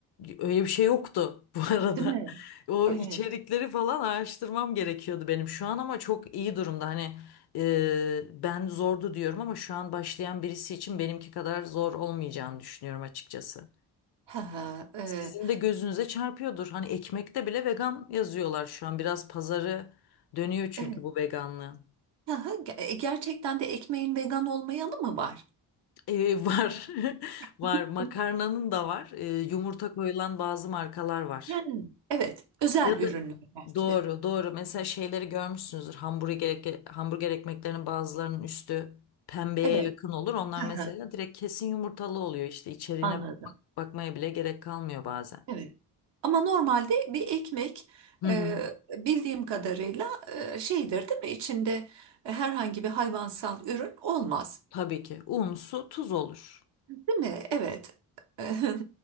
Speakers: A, on the left; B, on the right.
A: öyle bir şey yoktu <laughs> bu arada.
B: Değil mi?
A: O
B: Evet.
A: içerikleri falan araştırmam gerekiyordu benim şu an ama çok iyi durumda. Hani e, ben zordu diyorum ama şu an başlayan birisi için benimki kadar zor olmayacağını düşünüyorum açıkçası.
B: Ha ha.
A: Sizin de gözünüze çarpıyordur. Hani ekmekte bile vegan yazıyorlar şu an. Biraz pazarı dönüyor çünkü
B: Evet.
A: bu veganlığın.
B: Ha ha, ge- e, gerçekten de ekmeğin vegan olmayanı mı var?
A: Ee, var. <laughs>
B: <laughs>
A: Var. Makarnanın da var. Ee, yumurta koyulan bazı markalar var.
B: Hmm. Evet, özel
A: Ya
B: ürünler
A: da
B: belki
A: doğru
B: de.
A: doğru. Mesela şeyleri görmüşsünüzdür. Hamburger, ek- hamburger ekmeklerinin bazılarının üstü pembeye
B: Evet.
A: yakın olur. Onlar
B: Ha
A: mesela
B: ha
A: direkt kesin yumurtalı oluyor. İşte içeriğine
B: Anladım.
A: bak- bakmaya bile gerek kalmıyor bazen.
B: Evet. Ama normalde bir ekmek
A: Hı hı.
B: e, bildiğim kadarıyla e, şeydir değil mi? İçinde herhangi bir hayvansal ürün olmaz.
A: Tabii ki. Un, su, tuz olur.
B: Değil mi? Evet. <laughs>